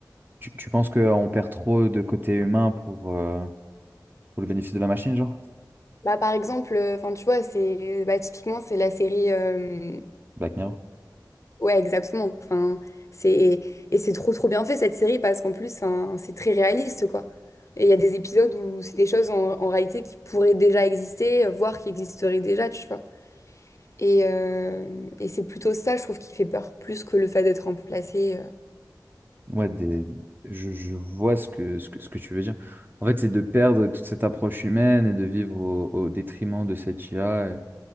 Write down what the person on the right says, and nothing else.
Tu, tu penses qu'on perd trop de côté humain pour, euh, pour le bénéfice de la machine, genre?
Black Mirror.
Ouais, des... je, je vois ce que, ce que, ce que tu veux dire. En fait, c'est de perdre toute cette approche humaine et de vivre au, au détriment de cette IA. et-